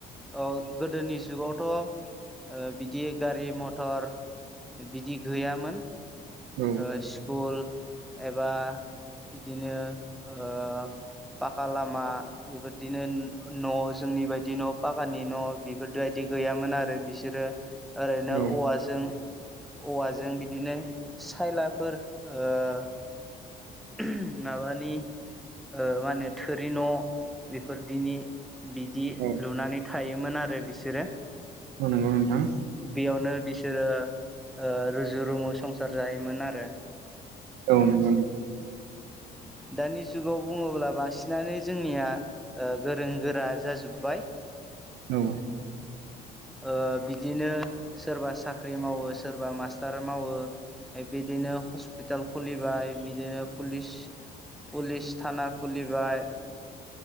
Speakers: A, in the centre; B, on the right (about 80°).
A: अब्ला गोदोनि जुगावथ' ओ बिदियो गारि मथर बिदि गैयामोन।
B: औ
A: ओ स्कुल एबा इदिनो ओ पाखा लामा बेफोरदिनो न जोंनि बायदि न पाखानि न बिफोर दायदि गैयामोन आरो बिसोरो ओरैनो
B: औ
A: औवाजों औवाजों बिदिनो सायलाफोर ओ <unintelligible> माबानि ओ मा होनो थोरि न बेफोरदिनि बिदि
B: औ
A: लुनानै थायोमोन आरो बिसोरो।
B: औ नंगौ नोंथां
A: बेयावनो बिसोरो ओ रुजु रुमु संसार जायोमोन आरो।
B: <unintelligible>
A: दानि जुगाव बुङोब्ला बांसिनानो जोंनिया ओ गोरों गोरा जाजोब्बाय।
B: औ।
A: ओ बिदिनो सोरबा साख्रि मावो सोरबा मास्टार मावो ए बिदिनो हस्पिटाल खुलिबाय बिदिनो पुलिस पुलिस थाना खुलिबाय। ओ